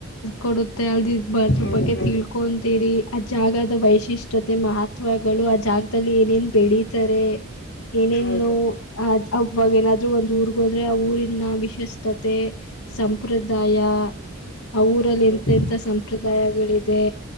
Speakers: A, on the left (about 85°); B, on the left (about 60°).
A: ಕೊಡುತ್ತೆ ಅಲ್ದ ಅದ್ರ
B: ಹೌದೌದು
A: ಬಗ್ಗೆ ತಿಳ ಕೊಂತೀರಿ ಆ ಜಾಗದ ವೈಶಿಷ್ಟ್ಯತೆ ಮಹತ್ವಗಳು ಆ ಜಾಗದಲ್ಲಿ ಏನೇನ್ ಬೆೇಡಿ ತಾರೆ ಏನೇನು
B: ಹೌದೌದು
A: ಅ ಅವಾಗ ಏನಾದ್ರರು ಒಂದ್ ಊರ್ಗ್ ಹೋದ್ರೆ ಆ ಊರಿನ ವಿಶಿಷ್ಟತೆ ಸಂಪ್ರದಾಯ ಅವಊರಲ್ಲಿ
B: ಹೌದು
A: ಎಂತ ಎಂಂತ ಸಂಪ್ರದಾಯಗಳಿದೆ